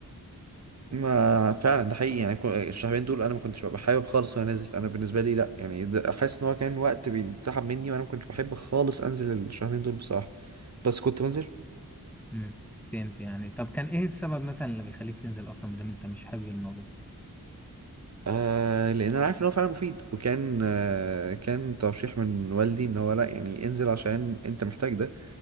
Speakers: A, on the right; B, in the centre.
A: ما فعلا ده حقيقي يعني كو- الشهرين دول انا ما كنتش ببقى حابب خالص وانا نازل انا بالنسبه لي لا يعني ده- احس ان هو كان وقت بيتسحب مني وانا ما كنتش بحب خالص انزل الشهرين دول بصراحه بس كنت بنزل
B: امم فهمت يعني طب كان ايه السبب مثلا اللي بيخليك تنزل اصلا بدل انت مش حابب الموضوع
A: آه لان انا عارف ان هو فعلا مفيد وكان آه كان ترشيح من والدي ان هو لا يعني انزل عشان انت محتاج ده